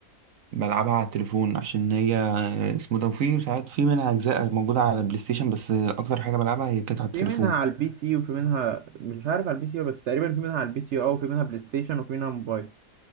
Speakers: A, on the right; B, on the right.
A: بلعبها على التليفون عشان هي آه، اسمه ده وفي ساعات في منها اجزاء موجوده على البلاي ستيشن بس اكتر حاجه بلعبها هي كانت على التليفون
B: في منها على البي سي وفي منها مش عارف على البي سي بس تقريبا في منها على البي سي اه وفي منها بلاي ستيشن وفي منها موبايل